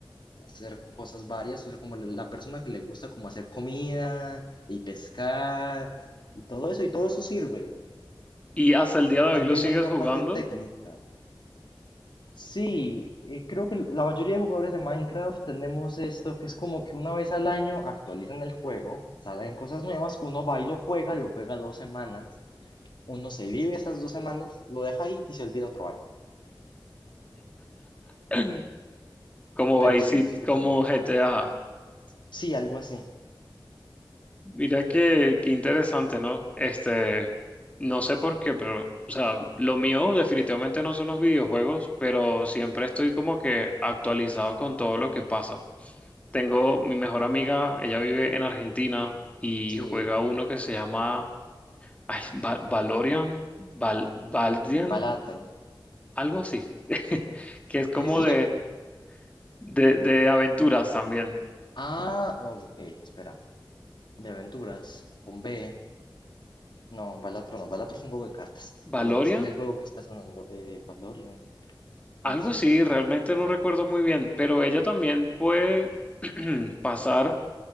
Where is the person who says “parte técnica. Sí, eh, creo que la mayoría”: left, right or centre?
Left